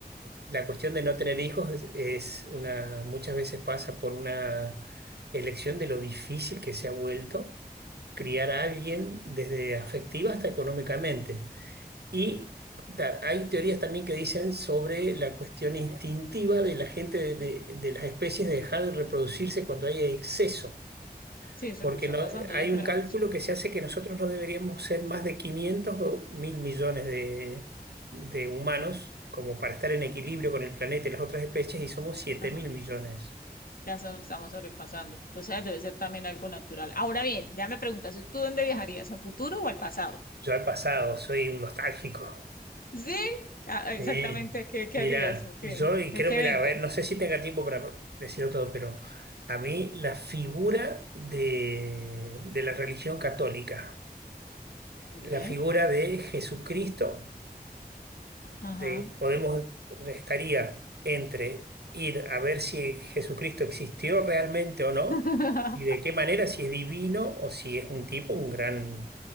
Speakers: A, on the right; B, on the left.
A: La cuestión de no tener hijos es, es una, muchas veces pasa por una elección de lo difícil que se ha vuelto criar a alguien desde afectiva hasta económicamente. Y ta- hay teorías también que dicen sobre la cuestión instintiva de la gente, de, de- de las especies de dejar de reproducirse cuando hay exceso.
B: Sí, eso
A: Porque
B: es lo que está
A: no,
B: pasando,
A: hay
B: yo creo.
A: un cálculo que se hace que nosotros no deberíamos ser más de 500 o 1000 millones de, de humanos como para estar en equilibrio
B: <laughs>
A: con el planeta y las otras especies y somos siete
B: Ajá.
A: mil millones.
B: Ya se nos estamos sobrepasando. O sea, debe ser también algo natural. Ahora bien, ya me preguntas, ¿tú dónde viajarías? ¿Al futuro o al pasado?
A: Yo al pasado soy un nostálgico.
B: Sí, ah, exactamente.
A: Sí.
B: ¿Qué, qué
A: Mira,
B: harías o qué?
A: yo y
B: ¿A
A: creo,
B: qué
A: mira,
B: evento?
A: a ver, no sé si tenga tiempo para decirlo todo, pero a mí la figura de, de la religión católica,
B: Ok.
A: la figura de Jesucristo
B: Ajá.
A: te- podemos, estaría entre ir a ver si Jesucristo existió realmente o no,
B: <laughs>
A: y de qué manera, si es divino o si es un tipo, un gran